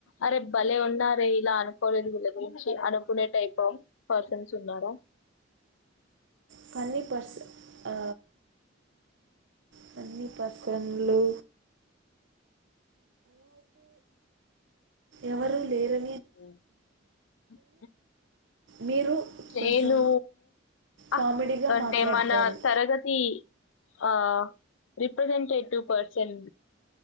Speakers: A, on the left (about 75°); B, on the right (about 65°).
A: అరే భలే ఉన్నారే ఇలా అనుకోలేదు వీళ్ళ గురించి అనుకునే టైప్ ఆఫ్ పర్సన్స్ ఉన్నార?
B: ఫనీ పర్సన్ ఆ ఫన్నీ పర్సన్లు ఎవరూ లేరె
A: ఉమ్ ఉమ్ హు
B: మీరు
A: నేనూ
B: కొంచెం
A: అ
B: కామెడీగా
A: అంటే
B: మాట్లాడతారు
A: మన తరగతి ఆ రిప్రెజెంటేటివ్ పర్సన్